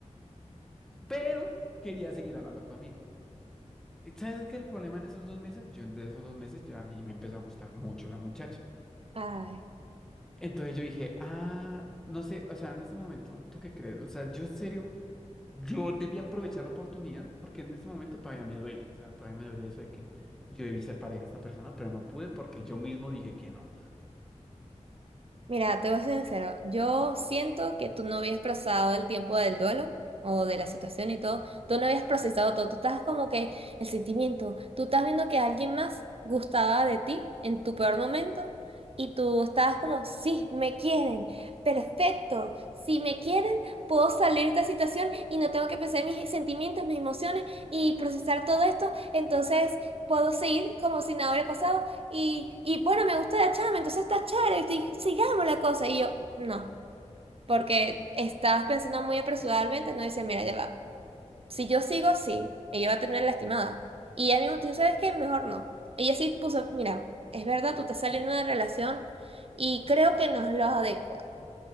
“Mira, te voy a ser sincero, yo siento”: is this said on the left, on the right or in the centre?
Right